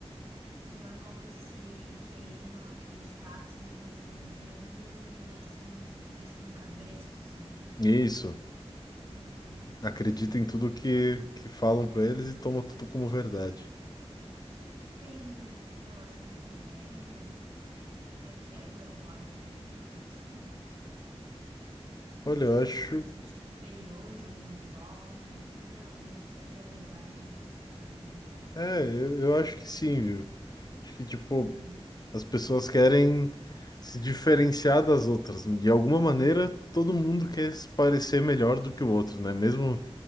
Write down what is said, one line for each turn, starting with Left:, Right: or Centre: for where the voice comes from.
Right: Então é como se quem não acreditasse no que eles estão dizendo vivesse, em- vivesse num cabresto, assim.
Left: Isso.
Right: Hum.
Left: acredita em tudo que, que falam pra eles e toma tudo como verdade.
Right: Será que tem relação com ego? Será que ego é a palavra certa para isso? De,
Left: Olha,
Right: tipo,
Left: eu acho.
Right: se sentir superior de alguma forma? Tipo, não, eu sei a verdade, você não, então.
Left: É, eu, eu acho que sim, viu? Acho que, tipo,
Right: Hum,
Left: as pessoas querem se diferenciar das outras. De alguma maneira, todo mundo quer se parecer melhor do que o outro, né? Mesmo